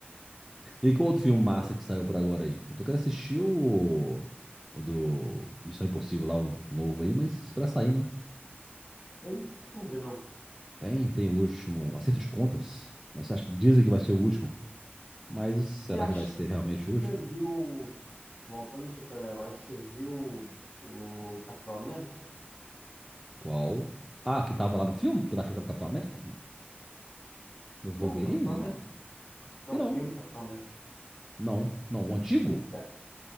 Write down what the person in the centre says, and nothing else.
E qual outro filme massa
que saiu por agora aí? Eu tô querendo assistir
o, o do Missão Impossível lá, o novo aí, mas pra sair, né?
Tem, tem o último, acerto de contas. Mas você acha- dizem que vai ser o último. Mas
será
que vai ser realmente o último?
Qual? Ah, que tava lá no filme, que ele achou que era o Capitão América? No Wolverine?
Não.
E não.
Não, não. O antigo?